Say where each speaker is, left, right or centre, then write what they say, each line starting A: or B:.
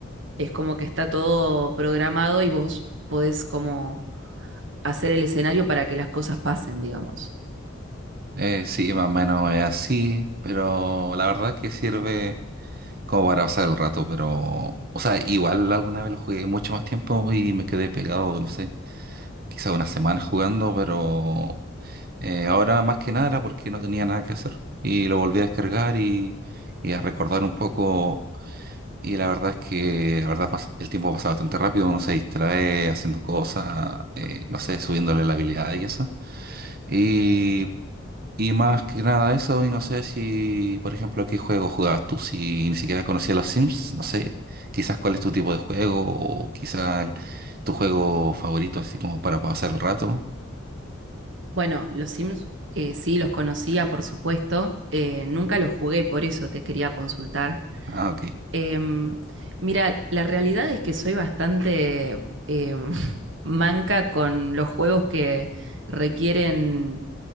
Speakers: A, on the right; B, on the right.
A: es como que está todo programado y vos podés como hacer el escenario para que las cosas pasen, digamos.
B: Eh, sí, más o menos es así, pero la verdad que sirve como para pasar el rato, pero, o sea, igual alguna vez lo jugué mucho más tiempo y me quedé pegado, no sé, quizá una semana jugando, pero eh, ahora más que nada era porque no tenía nada que hacer y lo volví a descargar y, y a recordar un poco. Y la verdad es que la verdad pas- el tiempo pasa bastante rápido, uno se distrae haciendo cosas, eh, no sé, subiéndole la habilidad y eso. Y, y más que nada eso, y no sé si, por ejemplo, qué juego jugabas tú, si ni siquiera conocías los Sims, no sé, quizás cuál es tu tipo de juego o quizás tu juego favorito, así como para pasar el rato.
A: Bueno, los Sims eh, sí los conocía, por supuesto. Eh, nunca los jugué, por eso te quería consultar.
B: Ah, ok,
A: Em, mira, la realidad es que soy bastante em, <laughs> manca con los juegos que requieren